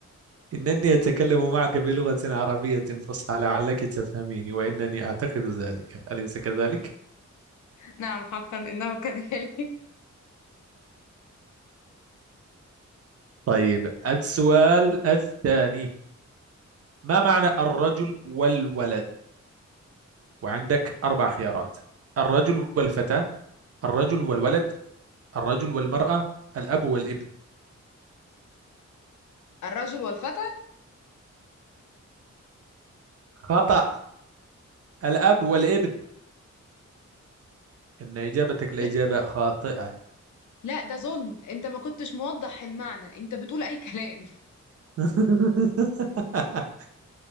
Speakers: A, on the right; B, on the left.
A: إنني أتكلم معك بلغة عربية فصحى لعلك تفهميني وإنني أعتقد ذلك أليس كذلك؟
B: نعم حقا إنه كذلك <laughs>
A: طيب السؤال الثاني ما معنى الرجل والولد؟ وعندك أربع خيارات الرجل والفتاة الرجل والولد الرجل والمرأة الأب والابن
B: الرجل والفتى
A: خطأ الأب والابن إن إجابتك لإجابة
B: لا
A: خاطئة
B: لا ده ظلم انت ما كنتش موضح المعنى انت بتقول اي كلام
A: <laughs>